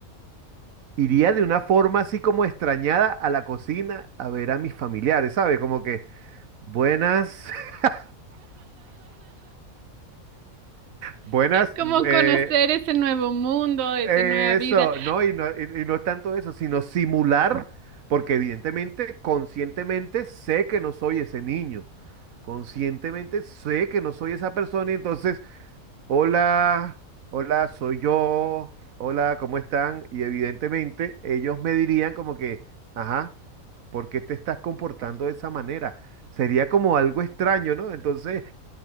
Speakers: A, on the right (about 70°); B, on the right (about 50°).
A: Iría de una forma así como extrañada a la cocina a ver a mis familiares, ¿sabes? Como que buenas, <laughs> buenas,
B: Como
A: eh,
B: conocer ese nuevo mundo, esa
A: eso,
B: nueva vida.
A: ¿no? Y no, y- y no es tanto eso, sino simular, porque evidentemente, conscientemente sé que no soy ese niño, conscientemente sé que no soy esa persona y entonces Hola, hola, soy yo, hola, ¿cómo están? Y evidentemente ellos me dirían como que, ajá, ¿por qué te estás comportando de esa manera? Sería como algo extraño, ¿no? Entonces